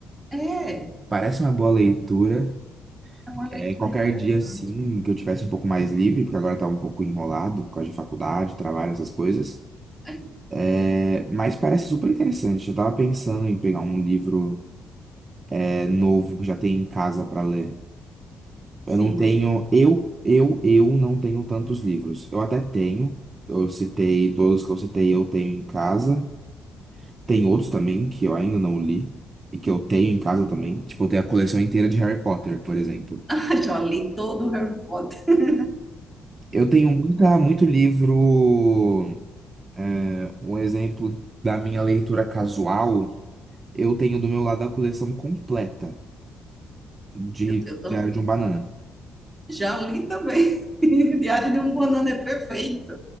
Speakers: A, in the centre; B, on the right.
A: É, é
B: Parece uma boa leitura.
A: uma
B: É,
A: leitura
B: qualquer
A: interessante.
B: dia, assim, que eu tivesse um pouco mais livre, porque agora tá um pouco enrolado por causa de faculdade, trabalho, essas coisas.
A: É,
B: É, mas parece super interessante. Eu tava pensando em pegar um livro, é, novo que já tem em casa pra ler.
A: sim,
B: Eu não tenho, eu, eu, eu não tenho tantos livros. Eu até tenho, eu citei todos que eu citei, eu tenho em casa. Tem outros também que eu ainda não li e que eu tenho em casa também. Tipo, eu tenho a coleção inteira de Harry Potter, por exemplo.
A: <laughs> Ah, já li todo o Harry Potter.
B: Eu tenho muita, muito livro. É, um exemplo da minha leitura casual, eu tenho do meu lado a coleção completa de
A: Eu, eu tam-
B: Diário de um Banana,
A: já li também. <laughs> Diário de um Banana é perfeito.